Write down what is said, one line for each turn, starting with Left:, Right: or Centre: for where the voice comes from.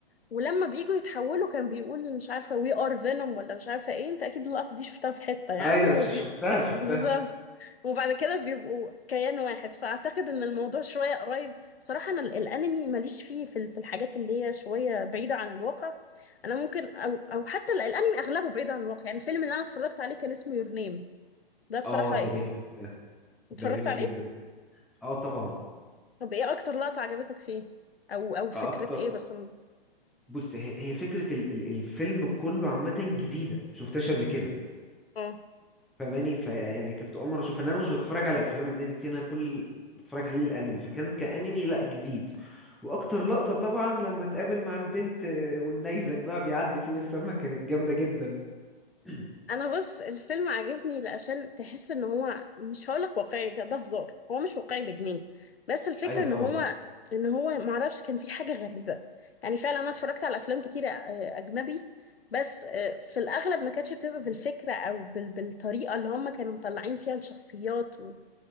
Left: ولما بييجوا يتحولوا كان بيقول مش عارفة we are venom ولا مش عارفة ايه انت اكيد اللقطة دي شفتها في حتة يعني
Centre: ايوه
Left: وبي...
Centre: ش- شفتها شفتها
Left: بالظبط وبعد كده بيبقوا كيان واحد فاعتقد ان الموضوع شوية قريب بصراحة انا ال- الانمي ماليش فيه في ال- في الحاجات اللي هي شوية بعيدة عن الواقع انا ممكن او او حتى ال- الانمي اغلبه بعيد عن الواقع يعني الفيلم اللي انا اتفرجت عليه كان اسمه يور نيم ده بصراحة
Centre: اه
Left: ال-
Centre: ده جامد ده
Left: اتفرجت
Centre: ده جامد
Left: عليه
Centre: جدا اه طبعا
Left: طب ايه اكتر لقطة عجبتك فيه او او فكرة
Centre: آه اكتر
Left: ايه بس
Centre: بص هي هي فكرة ال ال الفيلم كله عامة جديدة شفتهاش قبل كده
Left: اه
Centre: فماني فيعني كنت اول مره اشوف ان انا مش بتفرج على افلام اجنبي كتير انا كل بتفرج عليه الانمي فكان كانمي لا جديد واكتر لقطه طبعا لما اتقابل مع البنت آه، والنيزك بقى بيعدي فوق السما كانت جامده جدا <clears throat>
Left: انا بص الفيلم عجبني لأشان تحس ان هو مش هقولك واقعي ده ده هزار هو مش واقعي بجنيه بس الفكرة
Centre: ايوه
Left: ان
Centre: طبعا
Left: هو ان هو معرفش كان في حاجة غريبة يعني فعلا انا اتفرجت على افلام كتيرة آه، اجنبي بس آه، في الاغلب ما كانتش بتبقى بالفكرة او بال... بالطريقة اللي هم كانوا مطلعين فيها الشخصيات و...